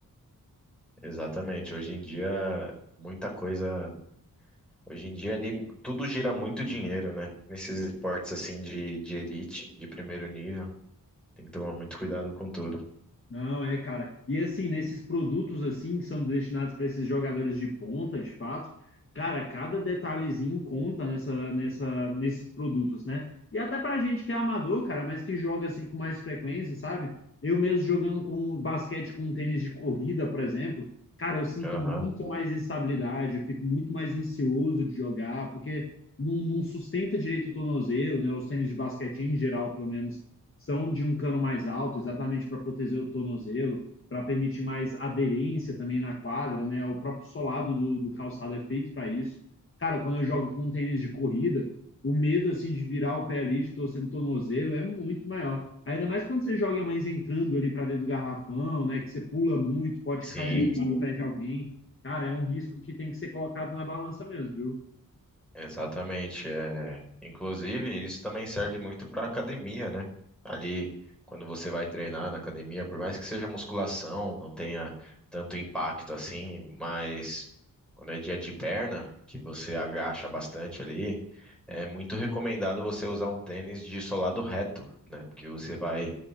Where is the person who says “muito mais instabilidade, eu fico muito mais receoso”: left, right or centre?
Left